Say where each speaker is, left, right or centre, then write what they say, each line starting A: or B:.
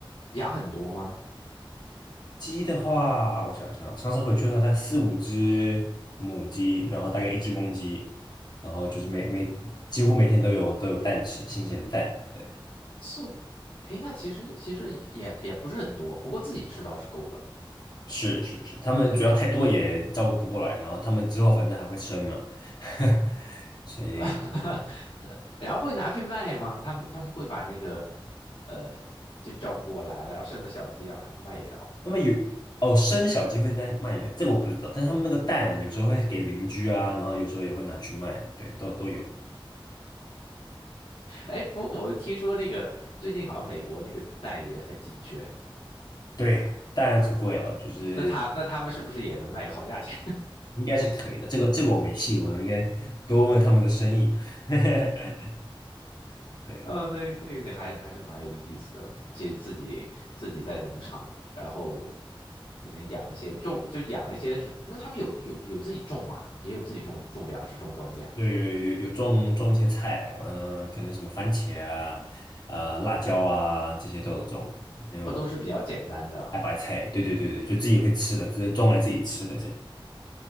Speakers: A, on the left (about 85°); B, on the left (about 50°).
A: 养很多吗？
B: 鸡的话，我想想，上次回去的话，大概四五只母鸡，然后大概一只公鸡，然后就是每每几乎每天都有都有蛋吃，新鲜的蛋，对，
A: 四五，哎，那其实其实也也也不是很多，不过自己吃倒是够了。
B: 是是是，他们主要太多也照顾不过来，
A: 嗯。
B: 然后他们之后反正还会生嘛。<laughs> 所以
A: <laughs> 然后会拿去卖吗？他们他们会把那个，呃，就照不过来了，然后生的小鸡，然后拿去卖掉。
B: 那么有哦，生的小鸡会再卖一点，这个我不知道。但是他们那个蛋有时候会给邻居啊，然后有时候也会拿去卖，对，都都有。
A: 哎，不，我听说那个最近好像美国那个蛋也很紧缺，
B: 对，当然可贵了，就是
A: 那他那他们是不是也能卖个好价钱？
B: 应该是可以的。这个这个我没细问，我应该多问问他们的生意。<laughs>
A: <laughs>
B: 对，
A: 哦，那那那还还是蛮有意思的，就自己自己在农场，然后能养一些种，就养一些什那他们有有有自己种啊，也有自己种种粮食、种庄稼，
B: 有有有有种种一些菜，嗯、可能什么番茄啊、啊、辣椒啊这些都有种，还有
A: 哦，都是比较简单的。
B: 大白菜，对对对对，就自己会吃的，自己种来自己吃的这样。